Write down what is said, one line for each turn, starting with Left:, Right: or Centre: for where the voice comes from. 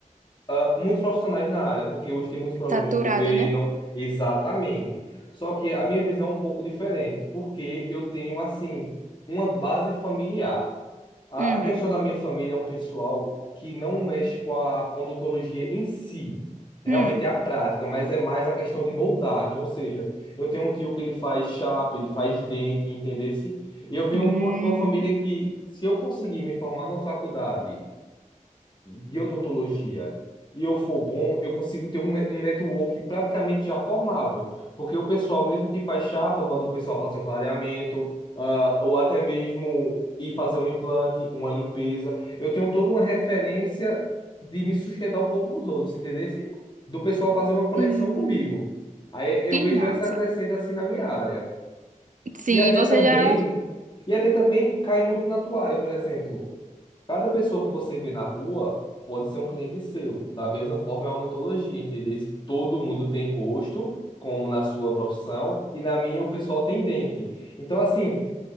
Left: ah, muitos profissionais na área, porque hoje tem muitos programas
Right: Saturada,
Left: do governo,
Right: né?
Left: exatamente. Só que a minha visão é um pouco diferente, porque eu tenho, assim, uma base familiar. A,
Right: Hum,
Left: a questão da minha família é um pessoal que não mexe com a odontologia em si. Realmente
Right: hum,
Left: é a prática, mas é mais a questão de moldagem. Ou seja, eu tenho um tio que ele faz chapa, ele faz dente, entendesse? Eu venho
Right: hum,
Left: de uma, de uma família que, se eu conseguir me formar na faculdade de odontologia e eu for bom, eu consigo ter um, um network praticamente já formado. Porque o pessoal, mesmo que faz chapa, manda o pessoal fazer um clareamento, ah, ou até mesmo ir fazer um implante, uma limpeza. Eu tenho toda uma referência de me sustentar um pouco nos outros, entendesse? Do pessoal fazer uma conexão
Right: sim,
Left: comigo. Aí eu
Right: que
Left: vejo
Right: massa.
Left: essa crescente assim na minha área.
Right: Sim,
Left: E até
Right: você
Left: também,
Right: já.
Left: e até também cai muito na tua área, por exemplo. Cada pessoa que você vê na rua pode ser um cliente seu. Da mesma forma, é uma odontologia, entendeu? Se Todo mundo tem rosto, como na sua profissão, e na minha o pessoal tem dente. Então, assim,